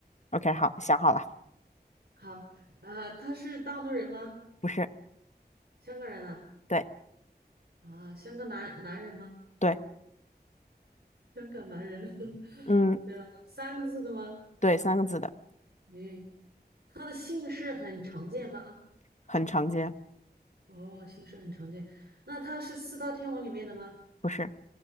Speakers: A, on the left; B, on the right.
A: ，OK，
B: 好，
A: 好，想好了，
B: 好，呃，他是大陆人吗？
A: 不是，
B: 香港人啊？
A: 对
B: 啊，香港男男人吗？
A: 对，
B: 香港男人，<laughs>
A: 嗯，
B: 呃，三个字的吗？
A: 对，三个字的，
B: 诶，他的姓氏很常见吗？
A: 很常见，
B: 哦，姓氏很常见，那他是四大天王里面的吗？
A: 不是，